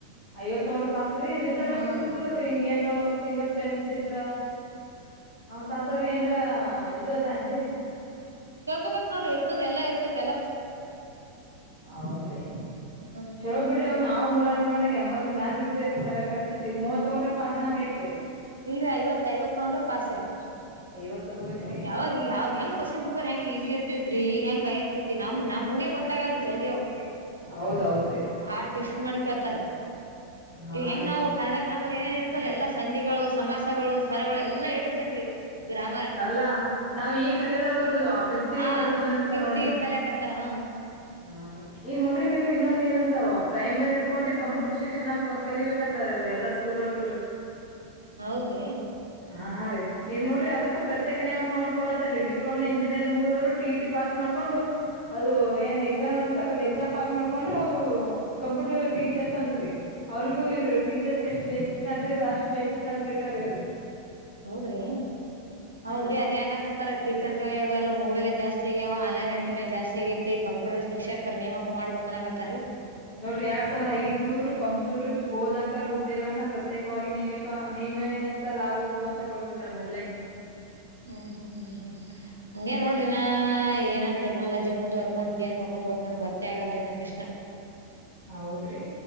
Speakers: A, on the left; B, on the right.
A: ಐವತ್ ತಗೊಂಡ್ರು ಪಸ್್ರೀ ರಿಸರ್ವೇೇಶನ್
B: ಹ್ಮ್
A: ಇರ್ತದಲ್ರಿ ಹಿಂಗ ಏನ್ ಸಿಂಗಲ್ ಪೇರೆಂಟ್ಸ್ ಇದ್ರ ತಂತವ್ರ ಏನ್ರ ಹಾ ಇದು ಅದೇನ್ರಿ
B: ಕೇಳ್ಕಾಬೇಕು ನೋಡ್ರ ಇರ್ತದೆ ಎಲ್ಲ ಇರ್ತೈತೆ ಎಲ್ಲ
A: ಹೌದ್ರಿ
B: ಹ್ಮ್
A: ಚಲೋ ಬಿಡ್ರಿ ಅವ ನಾ ನಾವು ಮುರಾಜಿ ಮಾಡಾಗ ಎಂಬತ್ರ ಮ್ಯಾಲ ಸೆಲೆಕ್ಟ್ ಆಗ್ತಿತಿ ಮೂವತ್ಥೋಗೊಂಡ್ರೆ ಪಾಸ್ ಅಂಗ ಐತ್ರಿ
B: ಇಲ್ರಿ ಐವತ್ ಐವತ್ತೊಂಡ್ರ ಪಾಸ್ರಿ.
A: ಐವತ್ ತಗೋಬೇಕ್ರಿ
B: ಯಾವಾಗ ಯಾವಾಗ ಹೆಂಗನ್ ಕ್ವೆಶ್ಚನ್ ಪೇಪರ್ ಬೇಕ್ರ ಹೆಂಗ ಈಸಿ ಇರ್ತ ಗತ್ರಿ ಈಗ ಹೆಂಗ ಏನ್ ಸ್ದತಿ ನಮ್ ನಮ್ಗೆ ಗೊತ್ತಾಗಲ್ಲ ಜಲ್ದಿ ಅವ್
A: ಹೌದೌದ್ರಿ
B: ಆ ಟ್ವಿಸ್ಟ್ ಮಾಡ ಕೇಳತಾರ
A: ಹಾ
B: ಈ ಹೆಂಗ್
A: ರೀ
B: ನಾವು ಕನ್ನಡ ಗ್ರಾಮರ್ ಏನೇನ್ ಇರ್ತಲ್ಲ ಎಲ್ಲಾ ಸಂಧಿಗಳು ಸಮಾಸಗಳು ಸ್ವರಗಳು ಎಲ್ಲಾ ಎ ಟು ಝೆಡ್ ರಿ ಗ್ರಾಮರ್
A: ಅಲ್ಲ ನಾವವು ಈ ಕಲದವರುಫ <unintelligible> ಿಗೆ
B: ಹಾ
A: ಕಲ್ತ್ ಬಂದ್ರತರ್
B: ಫಿಫ್ತ್ಗೆ
A: ನೋಡ್ರಿ
B: ಕಲಿಯಕತ್ತಾರ ಹಾ
A: ಹ ಈಗ ನೋಡರಿ ಇಲ್ರಿ ಇನ್ನೊಂದ ಏನ ಪ್ರೈಮರಿ ಹಿಡ್ಕೊಂಡೆ ಕಂಪ್ಯೂಟರ್ ಶಿಕ್ಷಣ ಕಲಿಬೇಕಂತರಿ ಎಲ್ಲಾ ಸ್ಕೂಲ್ ಒಳರಿ
B: ಹೌದ್ರಿ.
A: ಹಾ ರೀ ಈಗ ನೋಡ್ರಿ ಅದಕ್ ಪ್ರತ್ಯೇಕ ನೇಮಕ ಮಾಡಕೊಳತ್ ರೀ ಡಿಪ್ಲೊಮಾ ಇಂಜಿನಿಯರ್. ಮುಗವ್ರು ಟಿ ಟಿ ಪಾಸ್ ಮಾಡ್ಕೊಂಡು. ಅದು ಏನ್ ಎಕ್ಸಾಮ್ ನಡೆಸ್ಸಲ್ಲ ಅದು ಎಕ್ಸಾಮ್ ಪಾಸ್ ಮಾಡ್ಕೊಂಡ್ರೆ ಅವ್ರು. ಕಂಪ್ಯೂಟರ್ ಟೀಚರ್ಸ್ ಅಂತತ್ರಿ ಅವ್ರಗೂ ಇ ಟೀಚರ್ಸ್ ಎಷ್ಟ ಬೇಸಿಕ್ ಸಲ್ರಿ ಅದು ಅಷ್ಟು ಬೇಸಿಕ್ ಸಲ್ರಿ. ಕಟ್ಟಾರೆ ಅವರು.
B: ಹೌದ್ರಿ. ಹೌದ್ರಿ
A: ರೀ
B: ಅದ ಏನಕತ್ತಾರ ಟೀಚರ್ಗೆ ಎಲ್ಲ ಮೂವಿಯಲ್ಲ ಜಾಸ್ತಿ ಆಗಾವ ಆನ್ೈನ್ ಎಂಟ್ರೇ ಜಸ್ತಿ ಆೈಐತಿ ಕಂಪ್ಯೂಟರ್ ಶಿಕ್ಷಕರ ನೇಮಕ ಮಾಡ್ಬೇಕಕ್ ಅಕತ್ತ ರೀ.
A: ನೋಡ್ರಿ ಎರಡ್ ಸಾವಿರದ ಐನೂರು ಕಂಪ್ಯೂಟರ್ ಬೋಧಕರ ಹುದ್ದೆಗಳನ್ನ ಪ್ರತ್ಯೇಕವಾಗಿ ನೇಮ ನೇಮಿಸಲಾಗುವುದು ಅಂತ ಕೊಟ್ಟಬಿಟ್ಟಲ್ಲ ಹೆಡ್ಲೈನ್.
B: ಹ್ಮ್ ಹ್ಮ್ ಹ್ಮ್ ಹ್ಮ್ ಹಂಗಗೆ
A: ಹ್ಮ್
B: ನೋಡ್ರಿನ ಏನನ್ ಟೆಕ್ನಾಲಜಿ ಮುಂದುವರ್ಕೊಂಡು ಚೇಂಜ್ಕನ ಗೊತ್ತ ಆಗಲ್ರಿ ಸಿಸ್ಟಮ್.
A: ಹೌದ್ರಿ.